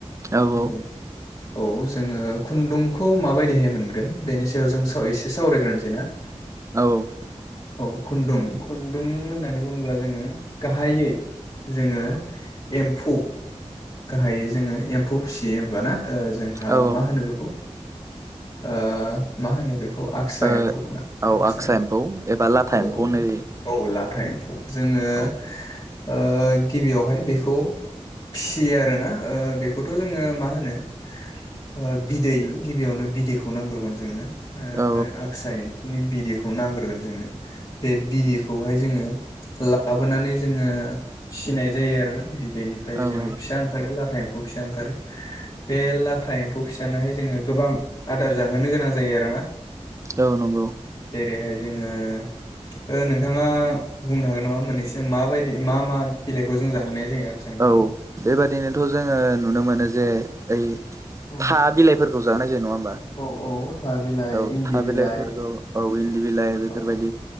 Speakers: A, on the right; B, on the left.
A: औ
B: खुन्दुं
A: औ
B: औ जोङो खुन्दुंखौ माबायदिहाय मोनगोन बेनि सायाव जों सावराय एसे सावरायग्रोनोसै ना?
A: औऔ
B: औ खुन्दुं खुन्दुं होननानै बुङोब्ला जोङो गाहायै जोङो एम्फु गाहायै जोङो एम्फौ फिसियो होमबा ना? ओ जोंहा
A: औ औ
B: मा होनो बेखौ ओ मा होनो बेख खौ आक्सा
A: ओ
B: एम्फौ ना
A: औ
B: आखसा
A: आक्सा
B: एम्फौ
A: एबा लाथा
B: औ
A: एम्फौ होननाय जायो
B: औ औ लाथा एम्फौ जोङो
A: औ
B: ओ‌ गिबियावहाय बेखौ फिसियो आरो ना ओ बेख खौथ' जोङो मा होनो ओ बिदै गिबियावनो बिदैखौ नांग्रोगोन जोंनो। ओ
A: औ
B: बे आगसा एम्फ फौनि बिदैखौ नांग्रोगोन जोंनो बे बिदैखौहाय जोङो ओ लाबोनानै जोङो फिसिनाय जायो आरोना बिद बेनिफ्राय
A: औ
B: जोङो फिसा ओंखारो लाथा एम्फौ फिसा ओंखारो बे लाथ था एम्फौ फिसानोहाय जोङो गोबां आदार जाहोनो गोनां जायो आरोना
A: औ नंगौ।
B: रैहाय जोङो ओ नोंथाङा बुंनो हागोन नामा मोननैसो माबायदि मा मा बिलाइखौ जों जाहोनाय जायो आक्सा एम्फौनो?
A: औ बेबादिनोथ' जोङो नुनो मोनो जे ओइ
B: औ
A: था बिलाइफोरखौ जाहोनाय जायो नङा होनबा
B: औ औ था बिलाइ
A: औ
B: इन्दि
A: था
B: बिलाइ
A: बिलाइफोरखौ औ उ इन्दि बिलाइ बेफोरबायदि
B: औ